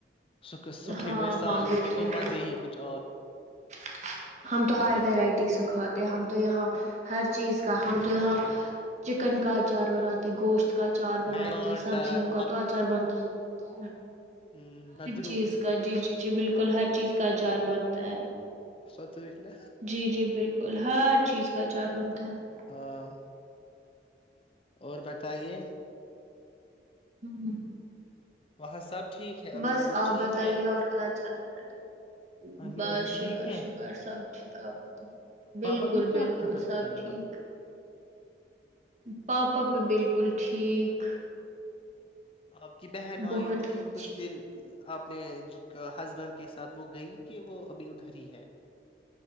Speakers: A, on the left (about 30°); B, on the right (about 40°).
A: سکھ سکھے
B: ہاں
A: ہوئے سالن
B: ہاں وہ
A: کے تو
B: ہے
A: مزے ہی کچھ اور
B: <inaudible> ہم تو ہر وورائٹی ا سکھ ہے ہم تو یہاں
A: نا،
B: ہر چیز کا ہم تو یہاں چکن کا اچار بناتے گوشت کا اچار
A: ٹماٹر
B: بناتے سبزیوں کا تو اچار بنتا ہی ہاں
A: ہوں اد
B: چیز کا جی جی جی بالکل ہر چیز کا اچار بنتا ہے
A: سچ نا
B: جی جی بالکل ہر چیز کا اچار بنتا ہے
A: ہاں اور بتائیے
B: ہوں
A: وہاں سب ٹھیک ہے امی
B: بس
A: ابو
B: آپ
A: ٹھیک
B: بتائیے
A: ہے
B: اور کیا چلتا ہے
A: امی
B: بس
A: ابو
B: شکر
A: ٹھیک ہے
B: شکر سب ٹھیک آپت بالکل
A: پاپا کی کیا
B: بالکل
A: خبر
B: سب
A: تھی اب
B: ٹھیک پاپا بھی بالکل ٹھیک
A: آپ کی بہن آئی
B: بہت
A: تھی
B: اچھی
A: کچھ دن اپنے ج ہسبینڈ کے ساتھ وہ گئی کہ وہ ابھی ادھر ہی ہے